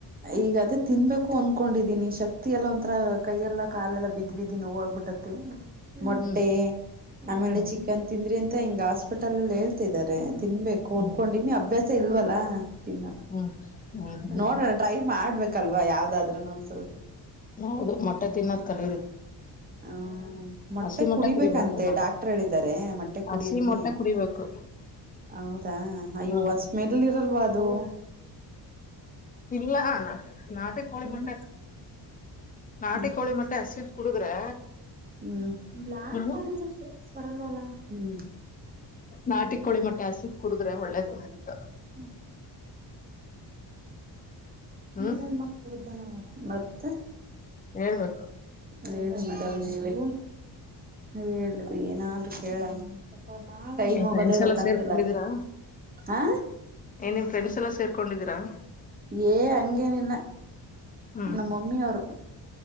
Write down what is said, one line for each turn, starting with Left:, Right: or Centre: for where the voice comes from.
Right: ಈಗಾದದೇ ತಿನ್ಬೇಕು ಅನ್ಕೊಂಡಿದೀನಿ ಶಕ್ತಿ. ಎಲ್ಲೋ ಒಂಥರಾ ಕೈ ಎಲ್ಲಾ ಕಾಲೆಲ್ಲ ಬಿದ್ ಬಿದ್ದಿ ನೋ ಆಗ್ಬಿಟ್ಟತ್ತೆ. ಮೊಟ್ಟೆ
Left: ಹ್ಮ್
Right: ಆಮೇಲೆ
Left: ಹ್ಮ್
Right: ಚಿಕನ್ ತಿಂದ್ರಿ ಅಂತ ಹಿಂಗ ಹಾಸ್ಪಿಟಲ್ ಅಲ್ಲಿ ಹೇಳ್ತಿದ್ದಾರೆ. ತಿನ್ಬೇಕು
Left: ಹ್ಮ್
Right: ಅಂದನ್ಕೊಂಡ ನೀ ಅಭ್ಯಾಸ ಇಲ್ವಲ್ಲ ತಿಲ್ಲ
Left: ಹ್ಮ್ ಹ್ಮ್ ಹ್ಮ್
Right: ನೋಡೋಣ. ಟ್ರೈ ಮಾಡ್ಬೇಕಲ್ವಾ ಯಾವ್ದಾದ್ರುನು ಒಂದ ಸ್ವಲ್ಪ.
Left: ಹೌದು ಮೊಟ್ಟೆ ತಿನ್ನೋದ್ ಕಲೀರಿ.
Right: ಹ. ಮೊಟ್ಟೆ
Left: ಹಸಿ
Right: ಕುಡಿಬೇಕಂತೆ
Left: ಕುಡಿಬೇಕು ನಾವು
Right: ಡಾಕ್ಟರ್ ಹೇಳಿದ್ದಾರೆ ಮೊಟ್ಟೆ ಕುಡೀರಿ.
Left: ಹಸಿ ಮೊಟ್ಟೆ ಕುಡಿಬೇಕು
Right: ಹೌದಾ ಅಯ್ಯೋ
Left: ಹ್ಮ್
Right: ಒಂದ್ ಸ್ಮೆಲ್ ಇರಲ್ವಾ ಅದು.
Left: ಇಲ್ಲ ನಾ ನಾಟಿ ಕೋಳಿ
Right: ಹ್ಮ್
Left: ಮಟ್ಟೆ ನಾಟಿ
Right: ಹ್ಮ್
Left: ಕೋಳಿ ಮಟ್ಟೆ ಅಷ್ಟಿ. ಕುಡುದ್ರೆ.
Right: ಹ್ಮ್ ಬ್ಲಾಕ್
Left: ಹ್ಮ್
Right: ಮಾಡಡ <unintelligible> ಹ್ಮ್.
Left: ನಾಟಿ ಕೋಳಿ ಮಟ್ಟೆ ಅಸಿಡ್ ಕುಡುದ್ರೆ ಒಳ್ಳೇದು ಆತ.
Right: ಹ್ಮ್.
Left: ಹ್ಮ್
Right: ನೀನಲ್ ಮಕ್ಳದ್ದ ಮತ್ತೆ.
Left: ಹೇಳ್ ಬೇಕು.
Right: ಹೇಳಿ ಮೇಡ್ ನೀವ ನೀವ ಹೇಳಿ ಏನಾದ್ರು ಕೇಳಣ. ಟೈಮ್
Left: ಏನ್
Right: ಮುಗೋದೆ
Left: ಫ್ರೆಂಡ್ಸ್ ಎಲ್ಲ
Right: ಗೊತ್ತಾಗ್ತಿಲ್ಲ
Left: ಸೇರ್ಕೊಂಡಿದೀರಾ
Right: ಹಾ.
Left: ಏನ್ ನಿಮ್ ಫ್ರೆಂಡ್ಸ್ ಎಲ್ಲ ಸೇರ್ಕೊಂಡಿದ್ದೀರಾ.
Right: ಏ ಹಂಗೆನು ಇಲ್ಲ
Left: ಹ್ಮ್
Right: ನಮ್ಮ ಮಮ್ಮಿಯ ಅವರು.